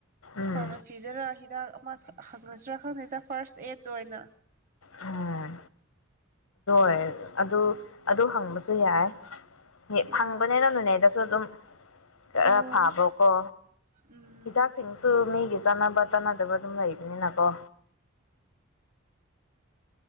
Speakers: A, on the left; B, on the right.
A: ꯎꯝ
B: ꯐꯥꯔꯃꯥꯁꯤꯗꯔ ꯍꯤꯗꯥꯛ ꯑꯃ ꯍꯪꯈꯁꯤꯔꯥ ꯈꯪꯗꯦꯗ ꯐꯥꯔꯁ ꯑꯦꯠ ꯆꯣꯏꯅ
A: ꯎꯝ ꯑ ꯑꯗꯨ ꯑꯗꯨ ꯍꯪꯕꯁꯨ ꯌꯥꯏ
B: ꯑꯥ
A: ꯐꯪꯕꯅꯦꯅꯅꯅꯦꯗꯁꯨ ꯑꯗꯨꯝ ꯈꯔ
B: ꯑꯣ
A: ꯐꯥꯕꯀꯣ
B: ꯎꯝ
A: ꯍꯤꯗꯥꯛꯁꯤꯡꯁꯨ ꯃꯤꯒꯤ ꯆꯥꯟꯅꯕ ꯆꯥꯟꯅꯗꯕ ꯑꯗꯨꯝ ꯂꯩꯕꯅꯤꯅꯀꯣ